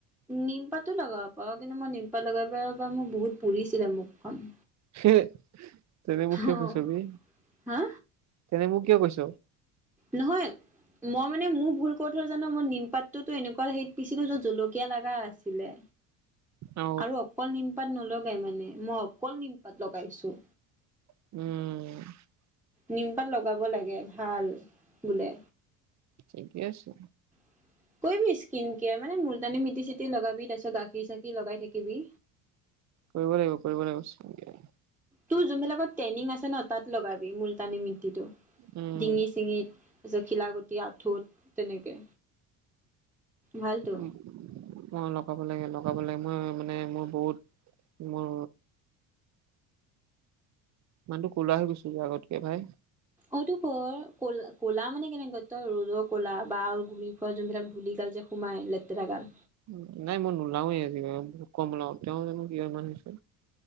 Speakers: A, in the centre; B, on the right (about 45°).
A: নিমপাতো লগাব পাৰ। কিন্তু মই নিমপাত লগাব পাৰ পা মোৰ বহুত পুৰিছিলে মুখখন।
B: সে তেনে মোক কিয়
A: অ
B: কৈছ বে?
A: হা
B: তেনে মোক কিয় কৈছ?
A: নহয় মই মানে মোৰ ভুল ক'ত হ'ল জান মই নিমপাতটোতো এনেকুৱা হেৰীত পিছিলো য'ত জলকীয়া লাগা আছিলে।
B: অ
A: আৰু অকল নিমপাত নলগাই মানে, মই অকল নিমপাত লগাইছো।
B: উম! উম!
A: নিমপাত লগাব লাগে ভাল বোলে।
B: ঠিকে আছে,
A: <inaudible> কৈবি স্কিন কেয়াৰ, মানে মূল তানি মিটি চিতি লগাবি, তাৰপিছত গাখীৰ চাখি লগাই থাকিবি।
B: কৰিব লাগিব, কৰিব লাগিব।
A: তোৰ, যোনবিলাকত টেইনিং আছে ন তাত লগাবি মুলতানি মিটিটো।
B: উম,
A: ডিঙি-চিঙিত, তাৰপিছত খিলাগুটি, আঁঠুত তেনেকে ভালতো
B: উম! অ লগাব লাগে লগাব লাগে, মই মানে মোৰ বহুত মোৰ মানুহটো কুলা হৈ গৈছো যে আগতকে ভাই।
A: অটো ক কলা ক'লা মানে কেনেকা তই ৰ'দৰ কলা বা গুৰি যোনবিলাক ধূলি গাল যে সোমাই লেতেৰা গাল।
B: উ নাই মই নোলাওৱে আজি কালি বহুত কম উলাও। তেওঁ জানো কিয় ইমান হৈছে?